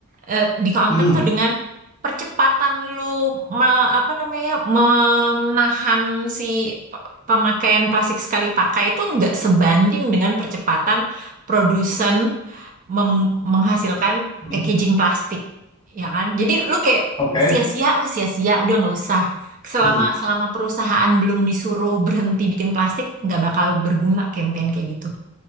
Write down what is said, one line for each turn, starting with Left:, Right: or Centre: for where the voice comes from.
Right: Eh di counter
Left: mm,
Right: tuh dengan percepatan lu me- apa namanya menahan si pemakaian plastik sekali pakai itu nggak sebanding dengan percepatan produsen mem- menghasilkan
Left: mm.
Right: packaging plastik, ya kan? Jadi lu kayak
Left: oke
Right: sia-sia, lu sia-sia, udah nggak usah. Selama
Left: Mm,
Right: selama perusahaan belum disuruh berhenti bikin plastik, nggak bakal berguna campaign kayak gitu.